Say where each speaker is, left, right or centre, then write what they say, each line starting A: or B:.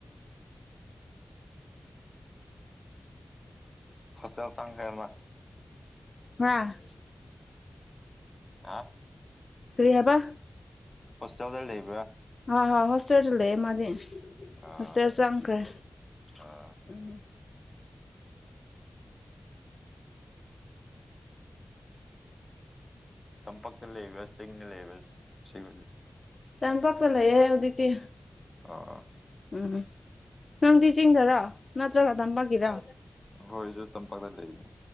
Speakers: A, on the left (about 35°); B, on the left (about 65°).
A: ꯍꯣꯁꯇꯦꯜ ꯆꯪꯒ꯭ꯔꯦꯕꯥ
B: <unintelligible>
A: ꯑꯥ
B: ꯀꯔꯤ ꯍꯥꯏꯕ
A: ꯍꯣꯁꯇꯦꯜ ꯂ ꯂꯩꯕ꯭ꯔꯥ
B: ꯍꯣꯏ ꯍꯣꯏ ꯍꯣꯁꯇꯦꯜꯗ ꯂꯩꯑꯦ ꯃꯥꯗꯤ
A: ꯑꯥ
B: ꯍꯣꯁꯇꯦꯜ ꯆꯪꯈ꯭ꯔꯦ
A: ꯑꯥ
B: ꯎꯝ
A: ꯇꯝꯄꯥꯛꯇ ꯂꯩꯕ ꯆꯤꯡꯗ ꯂꯩꯕ ꯁꯤꯕꯨꯗꯤ
B: ꯇꯝꯄꯥꯛꯄ ꯂꯩꯌꯦ ꯍꯧꯖꯤꯛꯇꯤ
A: ꯑꯣ ꯑꯣ
B: ꯎꯝ ꯅꯪꯗꯤ ꯆꯤꯡꯗꯔꯣ ꯅꯠꯇ꯭ꯔꯒ ꯇꯝꯄꯥꯛꯒꯤꯔꯣ
A: ꯑꯈꯣꯏꯖꯨ ꯇꯝꯄꯥꯛꯇ ꯂꯩꯕꯅꯦ